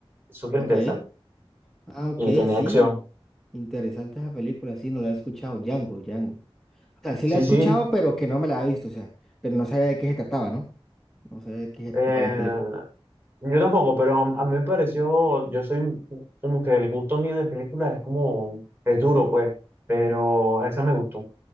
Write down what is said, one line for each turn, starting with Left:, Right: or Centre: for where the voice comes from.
Right: es súper
Centre: ok.
Right: interesante.
Centre: Ah, ok,
Right: Y tenía
Centre: sí.
Right: acción.
Centre: Interesante esa película, sí, no la he escuchado. Django, Django. O sea, sí
Right: Sí,
Centre: la he escuchado,
Right: sí.
Centre: pero que no me la ha visto, o sea, pero no sabía de qué se trataba, ¿no? No sabía de qué se
Right: Eh,
Centre: trataba la película.
Right: Yo tampoco, pero a a mí me pareció, yo soy como que el gusto mío de películas es como, es duro pues, pero esa me gustó.